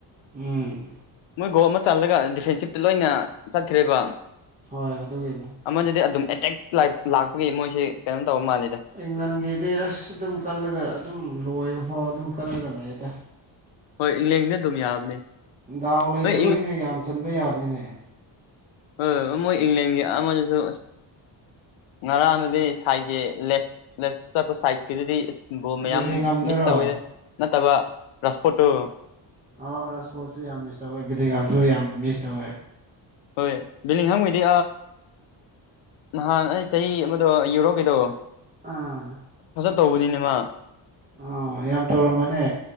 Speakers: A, on the right; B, on the left.
A: ꯎꯝ
B: ꯃꯣꯏ ꯒꯣ ꯑꯃ ꯆꯜꯂꯒ ꯗꯤꯐꯦꯟꯁꯤꯞꯇ ꯂꯣꯏꯅ ꯆꯠꯈ꯭ꯔꯦꯕ
A: ꯍꯣꯏꯣꯏ ꯑꯗꯨꯒꯤꯅꯤ
B: ꯑꯃꯗꯨꯗꯤ ꯑꯗꯨꯝ ꯑꯦꯇꯦꯛ ꯂꯥꯛꯄꯒꯤ ꯃꯣꯏꯁꯦ ꯀꯩꯅꯣꯝ ꯇꯧꯕ ꯃꯥꯜꯂꯤꯗ
A: ꯏꯪꯂꯟꯒꯤꯗꯤ ꯑꯁ ꯑꯗꯨꯝ ꯀꯜꯂꯒ ꯑꯗꯨꯝ ꯂꯣꯏꯕ ꯐꯥꯎ ꯑꯗꯨꯝ ꯀꯜꯂꯒ ꯂꯩꯗ
B: ꯍꯣꯏ ꯏꯪꯂꯦꯟꯗꯤ ꯑꯗꯨꯝ ꯌꯥꯕꯅꯦ
A: ꯗꯥꯎ ꯂꯩꯇꯕꯒꯤꯅꯦ
B: ꯍꯣꯏ
A: ꯌꯥꯝ ꯆꯟꯕ ꯌꯥꯕꯅꯤꯅꯦ
B: ꯍ ꯃ ꯏꯪꯪꯂ꯭ꯂꯦꯟꯒꯤꯁꯨ ꯉꯔꯥꯡ ꯑꯗꯨꯗꯤ ꯁꯥꯏꯠꯒꯤ ꯂꯦꯐ ꯂꯦꯐ ꯆꯠꯄ ꯁꯥꯏꯠꯀꯤꯗꯨꯗꯤ ꯕꯣꯜ ꯃꯌꯥꯝ
A: ꯕꯦꯂꯤꯡꯒꯥꯝꯗꯨꯔꯣ
B: ꯃꯤꯁ ꯇꯧꯋꯤ ꯅꯠꯇꯕ ꯔꯁꯄꯣꯔꯠꯇꯨ
A: ꯑ ꯔ ꯏꯁꯄꯣꯔꯠꯁꯨ ꯌꯥꯝ ꯃꯤꯁ ꯇꯧꯋꯦ ꯕ꯭ꯔꯤꯗꯤꯤꯡꯒꯥꯁꯨ ꯌꯥꯝ ꯃꯤꯁ ꯇꯧꯋꯦ
B: ꯍꯣꯏ ꯑꯗꯨ ꯅꯤꯡꯈꯥꯡꯉꯩꯗꯤ ꯅꯍꯥꯟ ꯑꯩ ꯆꯍꯤ ꯑꯃꯗꯣ ꯌꯨꯔꯣꯀꯤꯗꯣ
A: ꯑꯥ
B: ꯇꯧꯕꯅꯤꯅꯦ ꯃꯥ
A: ꯑ ꯌꯥꯝ ꯇꯧꯔꯝꯕꯅꯦ